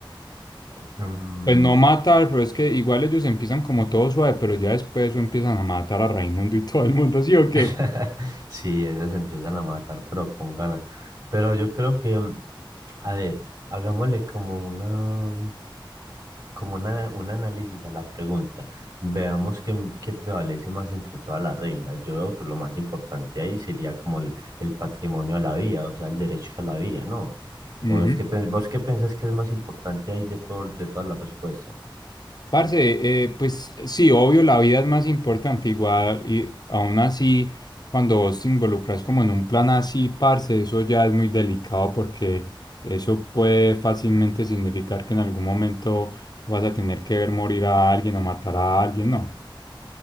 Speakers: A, on the right; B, on the left.
A: Mm,
B: Pues no matar, pero es que igual ellos empiezan como todo suave, pero ya después eso empiezan a matar a Raimundo y todo el mundo, ¿sí o qué?
A: <laughs> Sí, esas se empiezan a matar, pero con ganas. Pero yo creo que, mm, a ver, hagámosle como una, como una, un análisis a la pregunta. Veamos qué, qué prevalece más entre todas las reglas. Yo veo que lo más importante ahí sería como el, el patrimonio a la vida, o sea, el derecho a la vida, ¿no?
B: Ujú.
A: ¿O es qué, pen- vos qué pensás que es más importante ahí de todo, de todas las respuestas?
B: Parce, eh, pues sí, obvio, la vida es más importante, igual, y aún así, cuando vos te involucras como en un plan así, parce, eso ya es muy delicado porque eso puede fácilmente significar que en algún momento vas a tener que ver morir a alguien o matar a alguien, ¿no?